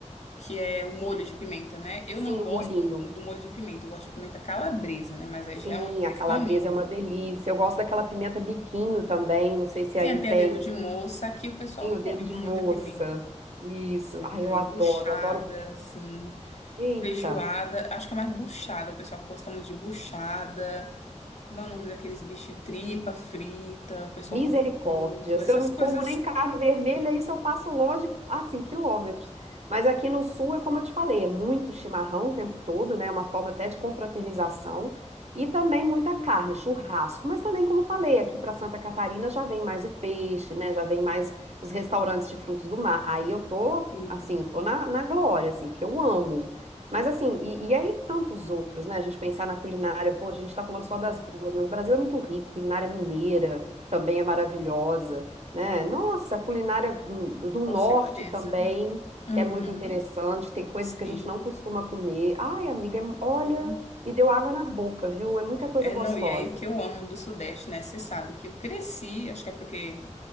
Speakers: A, on the left; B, on the right.
A: que é o molho de pimenta, né? Eu
B: Sim,
A: não gosto
B: o molhinho.
A: do molho de pimenta, eu gosto de pimenta calabresa, né? Mas aí
B: Sim,
A: já é uma
B: a
A: questão
B: calabresa
A: minha.
B: é uma delícia. Eu gosto daquela pimenta biquinho também. Não sei se
A: Sim,
B: aí
A: é, tem
B: tem.
A: dedo de moça. Aqui o pessoal
B: Sim, o dedo
A: come
B: de
A: muita
B: moça.
A: pimenta.
B: Isso.
A: Muita.
B: Ai, eu
A: E
B: adoro,
A: buchada,
B: adoro.
A: assim.
B: Eita!
A: Feijoada. Acho que é mais buchada. O pessoal gosta muito de buchada. Como é o nome daqueles bichinhos? Tripa frita. O pessoal
B: Misericórdia.
A: come muito.
B: Se
A: Essas
B: eu não como
A: coisas,
B: nem carne vermelha, isso eu passo longe, assim, quilômetros. Mas aqui no sul é como eu te falei, é muito chimarrão o tempo todo, né? É Uma forma até de confraternização. E também muita carne, churrasco. Mas também, como eu falei, aqui para Santa Catarina já vem mais o peixe, né? Já vem mais os restaurantes de frutos do mar. Aí eu tô,
A: sim.
B: assim, eu tô na, na glória, assim, que eu amo. Mas assim, e, e aí tantos outros, né? A gente pensar na culinária, pô, a gente tá falando só das duas, mas o Brasil é muito rico, culinária mineira também é maravilhosa, né? Nossa, a culinária do do norte
A: Com certeza.
B: também,
A: Uhum.
B: que é muito interessante, tem coisas
A: Sim.
B: que a gente não costuma comer. Ai, amiga, é- olha,
A: sim.
B: me deu água na boca, viu? É muita coisa
A: É,
B: gostosa.
A: não. E aí o que eu amo do Sudeste, né? Você sabe que eu cresci. Acho que é porque.